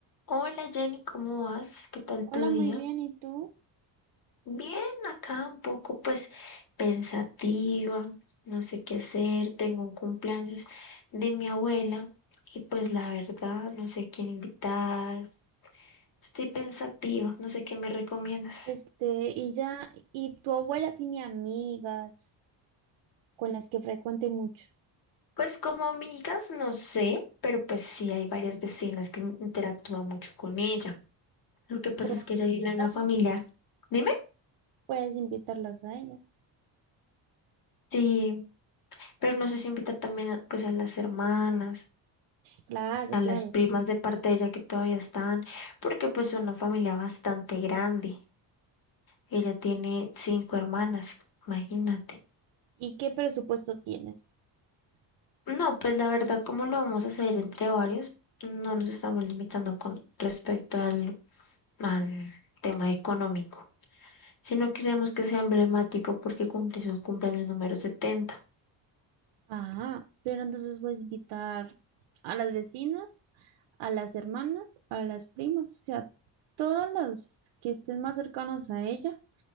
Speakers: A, on the left (about 50°); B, on the right (about 80°).
A: Hola Jenny, ¿cómo vas? ¿Qué tal
B: Hola,
A: tu día?
B: muy bien, ¿y tú?
A: Bien, acá un poco pues pensativa, no sé qué hacer, tengo un cumpleaños de mi abuela y pues la verdad no sé quién invitar, estoy pensativa, no sé qué me recomiendas.
B: Este, y ya, ¿y tu abuela tiene amigas con las que frecuente mucho?
A: Pues como amigas, no sé, pero pues sí hay varias vecinas que interactúan mucho con ella. Lo que pasa
B: ¿Puedes
A: es que ella viene
B: invitarlas?
A: de una familia, dime,
B: Puedes invitarlas a ellas.
A: sí, pero no sé si invitar también a- pues a las hermanas.
B: Claro,
A: a las
B: claro,
A: primas
B: sí.
A: de parte de ella que todavía están, porque pues es una familia bastante grande. Ella tiene cinco hermanas, imagínate.
B: ¿Y qué presupuesto tienes?
A: No, pues la verdad, ¿cómo lo vamos a hacer entre varios? No nos estamos limitando con respecto al, al tema económico, sino queremos que sea emblemático porque cumple su cumpleaños número setenta
B: Ah, pero entonces puedes invitar a las vecinas, a las hermanas, a las primas, o sea, todas las que estén más cercanas a ella